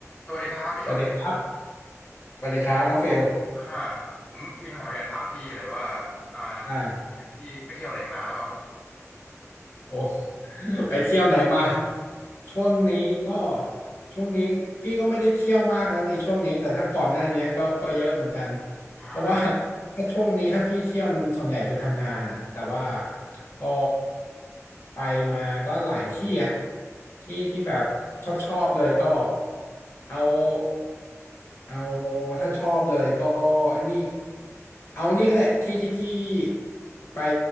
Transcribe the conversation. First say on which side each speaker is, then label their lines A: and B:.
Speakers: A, on the left (about 15°); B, on the left (about 50°).
A: สวัสดีครับพี่โชต
B: สวัสดีครับ สวัสดีครับ น้องเฟล
A: อ่าผมมีคำถามอยากถามพี่เลยว่าอ่า
B: อ่า
A: พี่ไปเที่ยวไหนมาเปล่า
B: โอ้ <laughs> ไปเที่ยวไหนมาช่วงนี้ก็ช่วงนี้พี่ก็ไม่ได้เที่ยวมากนะในช่วงนี้แต่ถ้าก่อนหน้านี้ก็ก็เยอะเหมือนกัน
A: อ่า
B: เพราะว่า <laughs> ถ้าช่วงนี้ถ้าพี่เที่ยวมันส่วนใหญ่ไปทำงานอ่ะแต่ว่าก็ไปมาก็หลายที่อะที่ที่แบบชอบชอบเลยก็เอาเอาถ้าชอบเลยก็ไอันนี้เอาอันนี้ก็ได้ที่ที่พี่ไป